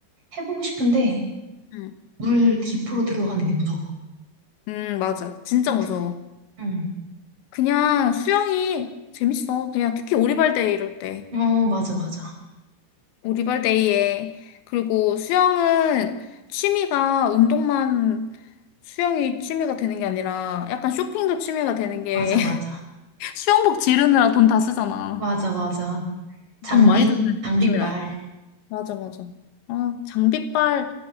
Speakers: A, on the right; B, on the left.
A: 해보고 싶은데,
B: 응.
A: 물 깊으로 들어가는 게 무서워.
B: 응 맞아. 진짜
A: 밑에.
B: 무서워.
A: 응.
B: 그냥 수영이 재밌어. 그냥 특히 오리발 데이 이럴 때.
A: 어, 맞아, 맞아.
B: 우리발데이에 그리고 수영은 취미가 운동만 수영이 취미가 되는 게 아니라 약간 쇼핑도 취미가 되는 게
A: 맞아,
B: <laughs>
A: 맞아.
B: 수영복 지르느라 돈 다 쓰잖아.
A: 맞아, 맞아. 장비,
B: 돈 많이 드는
A: 장비빨.
B: 취미라니까. 맞아, 맞아. 아, 장비빨